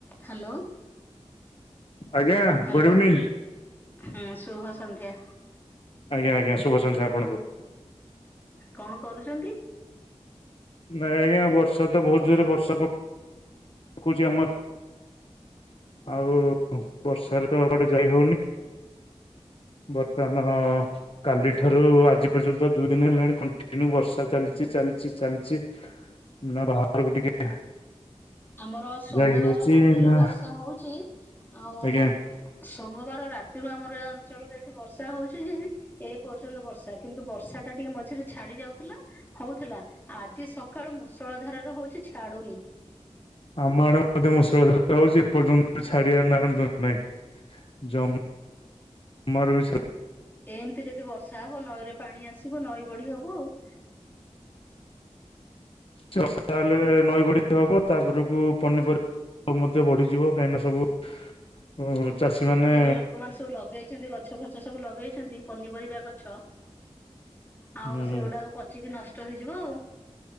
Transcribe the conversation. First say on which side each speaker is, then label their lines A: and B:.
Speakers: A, on the left; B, on the left.
A: Hello.
B: ଆଜ୍ଞା
A: hello
B: good evening.
A: ହୁଁ ସୁୁଭ ସନ୍ଧ୍ୟା।
B: ଆଜ୍ଞା ଆଜ୍ଞା ଶୁଭ ସନ୍ଧ୍ୟା ଆପଣଙ୍କୁ।
A: କଣ କରୁଛନ୍ତି?
B: ନାଇଁ ଆଜ୍ଞା ବର୍ଷାତ ବହୁତ୍ ଜୋରେ ବର୍ଷା ପ କଉଚି ଆମ ଆଉ ବସ୍ ବର୍ଷାରେ ତ କୁଆଡେ ଯାଇ ହଉନି। ବର୍ତ୍ତମାନ କାଲିଠାରୁ
A: ହୁଁ
B: ଆଜି ପର୍ଯ୍ୟନ୍ତ ଦୁଇ ଦିନି ହେଲାଣି କଣ୍ଟିନ୍ୟୁ ବର୍ଷା ଚାଲିଚି ଚାଲିଚି ଚାଲିଚି। ନା ବାହାରକୁ ଟିକେ
A: ଆମର ସୋମବାର
B: ଯାଇ ହଉଛି
A: ରାତିରୁ
B: ନା
A: ବର୍ଷା ହଉଚି ଆଉ
B: ଆଜ୍ଞା
A: ସୋମବାର ରାତିରୁ ଆମର ଏ ଅଞ୍ଚଳରେ ଏଠି ବର୍ଷା ହଉଚି ଯେ ଏ ପର୍ଯ୍ୟନ୍ତ ବର୍ଷା। କିନ୍ତୁ ବର୍ଷା ଟା ଟିକେ ମଝିରେ ଛାଡି ଯାଉଥିଲା। ହଉଥିଲା। ଆଜି ସକାଳୁ ମୁଷଳ ଧାରାର ହଉଚି ଛାଡୁନି।
B: ଆମ ଆଡେ ମଧ୍ୟ ମୁଷଳ ଧାରାରେ ହଉଚି ଏପର୍ଯ୍ୟନ୍ତ ଛାଡିବାରେ ନା ଗନ୍ଧ ଧରୁ ନାଇଁ। ଜମ୍ ମା ରୁ ବି ଛାଡୁ
A: ଏମତି ଯଦି ବର୍ଷା ହବ ନଈରେ ପାଣି ଆସିବ ନଈ ବଢି ହବ ଆଉ।
B: <unintelligible> ହେଲେ ନଈ ବଢ଼ି ହବ। ତାପରକୁ ପନିପରିବା ମଧ୍ୟ ବଢିଯିବ। କାହିଁକିନା ସବୁ ଉ ଚାଷୀମାନେ
A: ଏବେ ଲୋକମାନେ ସବୁ ଲଗେଇଚନ୍ତି ଗଛ ଫଛ ସବୁ ଲଗେଇଛନ୍ତି ପନିପରିବା ଗଛ ଆଉ
B: ଉଁ
A: ସେଗୁଡାକ ପଚିକି ନଷ୍ଟ ହେଇଯିବ ଆଉ।